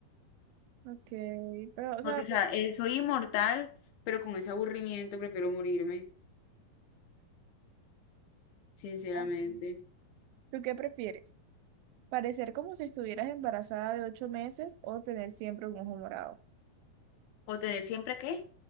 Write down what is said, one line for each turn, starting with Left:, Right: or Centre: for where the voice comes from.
Right: Ok, pero, o sea,
Left: porque, o
Right: pues,
Left: sea, eh, soy inmortal, pero con ese aburrimiento prefiero morirme, sinceramente.
Right: ah, sí. ¿tú qué prefieres? ¿Parecer como si estuvieras embarazada de 8 meses o tener siempre un ojo morado?
Left: O tener siempre, ¿qué?